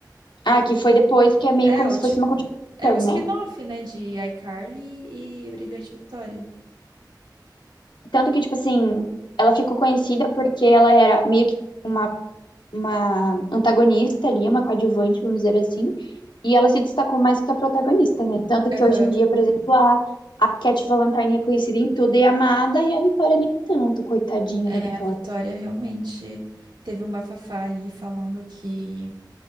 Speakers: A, on the left; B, on the right.
A: Ah, que foi depois, que é meio
B: É,
A: como
B: o
A: se
B: tipo,
A: fosse uma continuação,
B: um- é um spin-off,
A: né?
B: né, de iCarly e Brilhante Victória.
A: Tanto que, tipo assim, ela ficou conhecida porque ela era meio que uma, uma antagonista ali, uma coadjuvante, vamos dizer assim. E ela se destacou mais que a protagonista, né? Tanto
B: Aham.
A: que hoje em dia, por exemplo, a, a Cat Valentine é conhecida em tudo e é amada, e a Vitória nem tanto, coitadinha
B: É,
A: da Vitória.
B: a Vitória realmente teve um bafafá aí falando que,